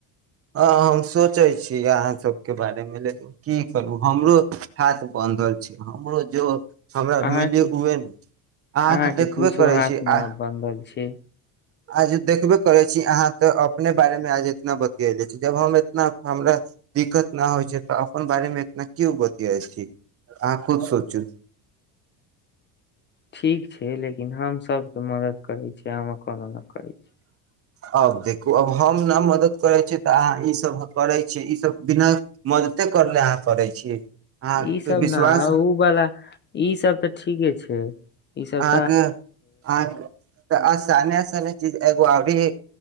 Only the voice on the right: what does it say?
हँ हम सोचै छी अहाँसभके बारेमे लेकिन की करू हमरो हाथ बानधल छै हमरो जो हमरा
मिली उए अहाँ
तऽ देखबे
करै
छी
आ
आज देखबे करै छी अहाँ तऽ अपने बारे मे आज इतना बता गेल छी जब हम इतना हमरा दिक्कत नहि होइ छै तऽ अपन बारेमे इतना क्यो बतियाइ छी अहाँ खुद सोचू
अब देखू अब हम नहि मदद करै छीयै तऽ अहाँ ईसभ करै छीयै ईसभ बिना मदते कर ले अहाँ करै छी अहाँ
पे
विश्वास
अहांके अहां तऽ आसाने एसे चीज एगो आबहे